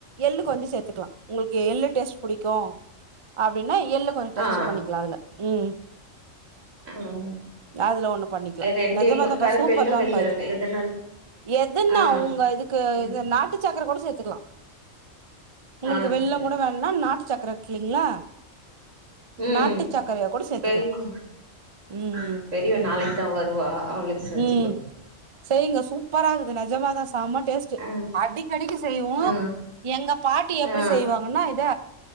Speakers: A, on the right (about 35°); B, on the right (about 75°).
A: எள்ளு கொஞ்ச சேத்துக்கலா உங்களுக் எள்ளு டேஸ்ட்டு புடிக்கு அப்டின்னா எள்ள கொஞ்சோ டச்ச
B: ஆ
A: பண்ணிக்கலா அதுல உம்
B: ம்
A: அதுல ஒண்ணு பண்ணிக்கலா
B: ரெண்டு
A: நெஜமா
B: எல்லோ
A: தாப்பா
B: கருப்பு
A: சூப்பர்
B: எல்லோ
A: தாப்பா
B: வெள்ள
A: இது
B: எல்லோ எதனால
A: எதுன்னா
B: ஆ
A: உங்க இதுக்கு
B: ம்
A: இந்த நாட்டு சக்கர கூட சேர்த்துக்கலா உங்களுக்கு
B: ஆ
A: வெள்ள
B: சரி
A: கூட வேண்னா நாட்டு சக்கர ங்களா
B: ம்
A: நாட்டு சக்கரையா கூட சேத்துக்கலா
B: பெரியவ
A: உம்
B: ம் பெரியவ நாளைக்கு தா வருவா அவளுக்கு செஞ்சு
A: உம்
B: குடு
A: செய்ங்க சூப்பராகுது நஜமாதா செம டேஸ்ட்டு
B: ஆ
A: அடிக்கடிக்கு செய்வோ
B: ஆ
A: எங்க பாட்டி எப்டி
B: ஆ
A: செய்வாங்கன்னா இத